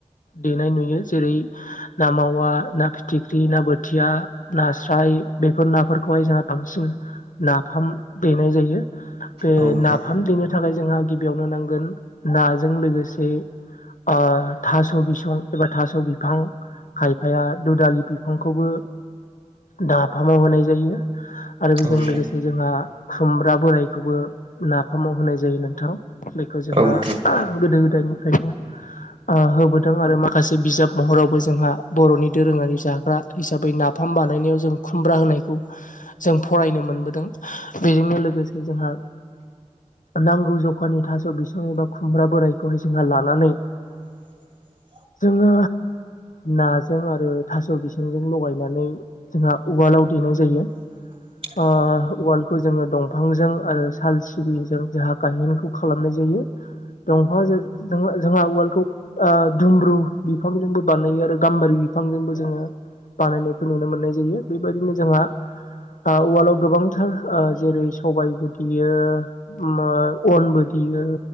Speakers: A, on the left; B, on the right.
A: देनाय नुयो जेरै मावा ना फिथिख्रि ना बोथिया नास्राय बेफोर नाफोरखौहाय जोंहा बांसिन नाफाम देनाय जायो बे
B: औ नोंथां औ नोंथां
A: नाफाम फैनो थाखाय जोंहा गिबियावनो नांगोन नाजों लोगोसे ओ थास' बिसं एबा थास' बिफां खायफाया दुदालि बिफांखौबो नाफामाव होनाय जायो आरो बेजों
B: औ नोंथां औ
A: लोगोसे
B: औ
A: जोंहा खुमब्रा बोरायखौबो ना फामाव होनाय जायो नोंथां जखौ जोंहा
B: नंगौ
A: गोदो गोदायनिफ्रायनो ओ होबोदों आरो माखासे बिजाब महरावबो जोंहा बर'नि दोरोङारि जाग्रा हिसाबै नाफाम नाफाम बानायनायाव जों खुमब्रा होनायखौ जों फरायनो मोनबोदों बेजोंनो लोगोसे जोंहा नांगौ जखानि थास' बिसं एबा खुमब्रा बोरायखौहाय जोंहा लानानै
B: <inaudible>
A: जोङो नाजों आरो थास' बिसंजों लगायनानै जोंहा उवालाव देनाय जायो
B: <inaudible>
A: ओ उवालखौ जोङो दंफांजों आरो साल जों गायेनखौ खालामनाय जायो दंफां जोंहा वाल्डखौ ओ दुमब्रु बिफांजोंबो बानायो आरो गाम्बारि बिफांजोंबो जोङो बानायनायखौ नुनो मोननाय जायो बेबायदिनो जोंहा ओ उवालाव गोबांथार आ जेरै सबायबो देयो ओ मा अनबो देयो